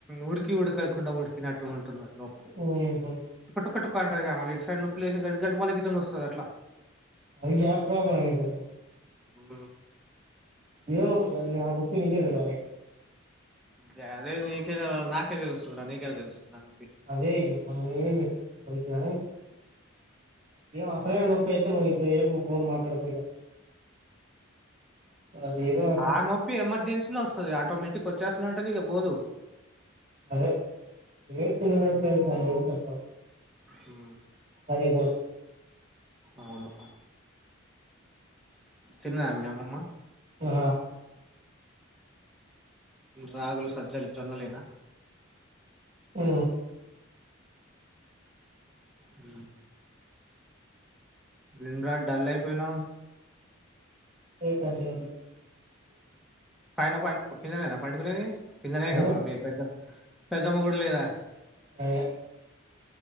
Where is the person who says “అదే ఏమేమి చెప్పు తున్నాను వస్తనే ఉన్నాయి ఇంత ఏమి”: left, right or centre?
Right